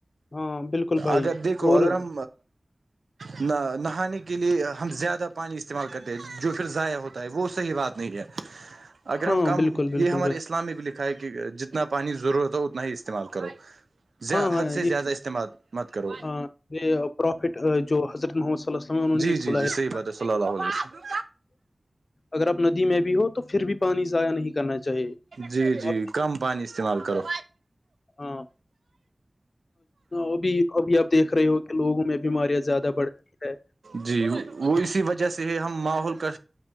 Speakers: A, on the left; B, on the right.
A: ہاں بالکل بھائی
B: اگر دیکھو
A: اور
B: اگر ہم نہ نہانے کے لیے ہم زیادہ پانی استعمال کرتے جو پھر ضائع ہوتا ہے وہ صحیح بات نہیں ہے اگر
A: ہاں
B: ہم کم
A: بالکل بالکل
B: یہ ہمارے
A: بھائی
B: اس اسلامک لکھا ہے کہ جتنا پانی ضرورت ہو اتنا ہی استعمال کرو ز
A: ہاں ہاں
B: حد سے
A: یہ
B: زیادہ استعمال مت کرو
A: ہاں یہ پروفٹ جو حضرت محمد صلیس انہوں نے
B: جی جی
A: بلایا
B: جی صحیح بات ہے صلی اللہ علیہ وسلم
A: اگر آپ ندی میں بھی ہو تو پھر بھی پانی ضائع نہیں کرنا چاہیے
B: جی جی
A: اور
B: کم پانی استعمال کرو
A: ہاں ابھی ابھی آپ دیکھ رہے ہو کہ لوگوں میں بیماریاں زیادہ بڑھ رہی ہے
B: جی وہ اسی وجہ سے ہے ہم ماحول کا